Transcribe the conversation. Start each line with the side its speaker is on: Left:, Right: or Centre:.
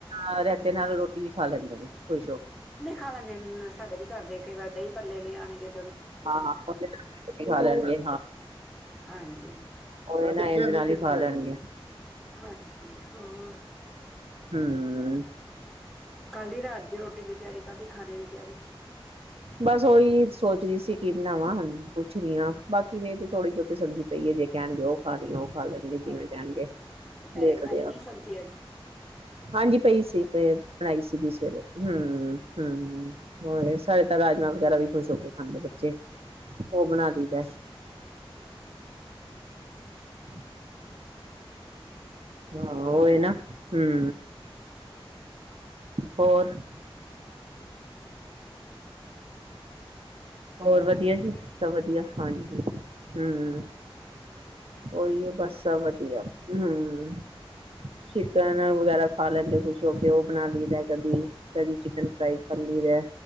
Right: ਹਾਂਰਾਇਤੇ ਨਾਲ ਰੋਟੀ ਵੀ ਖਾ ਲੈਂਦੇ ਨੇ ਕੋਈ ਖੁਸ ਹੋ ਕੇ।
Centre: ਨਹੀਂ ਖਾ ਲੈਂਦੇ, ਸਾਡੇ ਵੀ ਘਰਦੇ, ਕਈ ਵਾਰ ਦਹੀਂ ਭਲੇ ਲੈ ਆਣਗੇ।
Right: ਹਾਂ -ਹਾਂ ਉਦੇ ਨਾਲ ਵੀ ਰੋਟੀ ਖਾ ਲੈਣ ਗੇ।
Centre: ਹਾਂਜੀ
Right: ਉਹ ਨਾ, ਇਹਦੇ ਨਾਲ ਹੀ ਖਾ ਲੈਣਗੇ?
Centre: ਹਾਂਜੀ, ਹੋਰ।
Right: ਹਮ।
Centre: ਕਰ ਲਈ ਰਾਤ ਰੋਟੀ, ਕਰ ਲਈ ਖਾਣੇ ਦੀ ਤਿਆਰੀ।
Right: ਬਸ ਉਓਹੀ ਸੋਚ ਰਹੀ ਸੀ, ਕੀ ਬਣਾਵਾਂ ਪੁੱਛਣੀ ਹਾਂ ਬਾਕੀ ਮੇਰੀ ਤੇ ਥੋੜੀ ਬਹੁਤੀ ਸਬਜ਼ੀ ਪਈਏ ਜੇ ਕਹਿਣਗੇ, ਉਹ ਖਾਣੀ ਉਹ ਖਾ ਲੈਣ ਗੇ ਜਿਵੇਂ
Centre: ਅੱਛਾ
Right: ਕਹਿਣਗੇ
Centre: ਜੀ, ਦੁਪਹਿਰੇ
Right: ਦੇਖਦੇ
Centre: ਬਣਾਈ
Right: ਆ।
Centre: ਨੀ ਸਬਜ਼ੀ ਅੱਜ
Right: ਹਾਂਜੀ, ਪਈ ਸੀ ਬਣਾਈ ਸੀਗੀ ਸਵੇਰੇ ਹਮ- ਹਮ। ਹੋਰ ਸਾਡੇ ਤਾਂ, ਰਾਜਮਾਂ ਵਗੈਰਾ ਵੀ ਖੁਸ਼ ਹੋ ਕੇ ਖਾਂਦੇ ਬੱਚੇ, ਉਹ ਬਣਾ ਲਈਦਾ। <unintelligible> <inaudible> ਹਾਂ, ਇਹ ਨਾ ਹੂੰ ਹੋਰ ਹੋਰ ਵਧੀਆ ਜੀ, ਸਭ ਵਧੀਆ, ਹਾਂਜੀ ਹੂੰ। ਉਹੀ ਹੈ, ਬਸ ਆ ਵਧੀਆ, ਹੂੰ। ਚਿਕਨ ਵਗੈਰਾ, ਖਾ ਲੈਂਦੇ ਖੁਸ਼ ਹੋ ਕੇ, ਉਹ ਬਣਾ ਲਈਦਾ ਕਦੀ ਕਦੀ ਚਿਕਨ ਫਰਾਈ, ਕਰ ਲਈਦਾ।